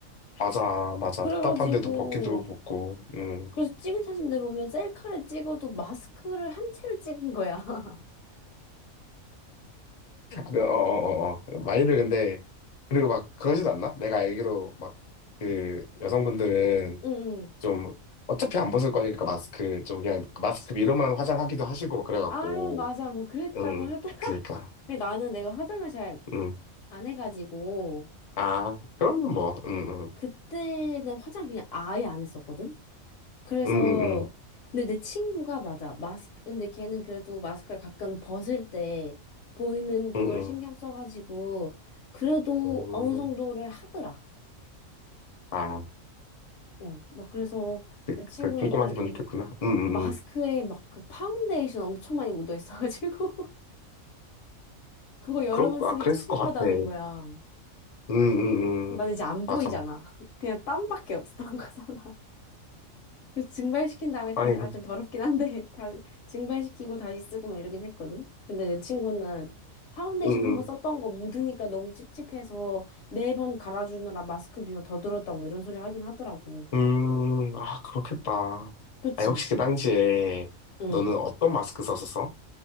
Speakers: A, on the left; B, on the left.
A: 맞아, 맞아.
B: 그래가지고,
A: 답답한데도 벗기도 벗고, 응.
B: 그래서 찍은 사진들 보면 셀카를 찍어도 마스크를 한 채로 찍은 거야. <laughs>
A: 그, 어, 어, 어, 어. 많이들 근데, 그리고 막 그러지도 않나? 내가 알기로 막, 그, 여성분들은
B: 응, 응.
A: 좀, 어차피 안 벗을 거니까 마스크, 좀 그냥 마스크 위로만 화장하기도 하시고 막 그래갖고,
B: 아, 맞아. 뭐 그랬다고
A: 응,
B: 하더라. <laughs>
A: 그니까,
B: 근데 나는 내가 화장을 잘
A: 응.
B: 안 해가지고,
A: 아, 그럼 뭐, 응, 응,
B: 그때는 화장 그냥 아예 안 했었거든? 그래서,
A: 응, 응. 응.
B: 근데 내 친구가 맞아. 마스크, 근데 걔는 그래도 마스크를 가끔 벗을 때 보이는 그걸
A: 응응.
B: 신경 써가지고, 그래도
A: 응
B: 어느
A: 응. 어.
B: 정도를 하더라.
A: 아,
B: 어, 막 그래서
A: 그,
B: 내 친구는
A: 그 꼼꼼하게
B: 그래도
A: 보면 됐구나. 응응응.
B: 마스크에 막 그 파운데이션 엄청 많이 묻어 있어가지고 <laughs> 그거 여러
A: 그럴
B: 번
A: 거,
B: 쓰기
A: 아, 그랬을
B: 찝찝하다는
A: 것 같아.
B: 거야.
A: 응응응.
B: 난 이제 안 보이잖아.
A: 맞아.
B: <laughs> 그냥 땀밖에 없었던 <laughs> 거잖아. 그래서 증발시킨 다음에 다시
A: 아니
B: 아
A: 그-
B: 좀 더럽긴 한데 <laughs> 다 증발시키고 다시 쓰고 막 이러긴 했거든. 근데 내 친구는 파운데이션
A: 응응.
B: 한번 썼던 거 묻으니까 너무 찝찝해서 네 번 갈아주느라 마스크 비용 더 들었다고 뭐 이런 소리 하긴 하더라고.
A: <laughs> 음, 아, 그렇겠다.
B: 그치?
A: 아니, 혹시 그 당시에
B: 응.
A: 너는 어떤 마스크 썼었어?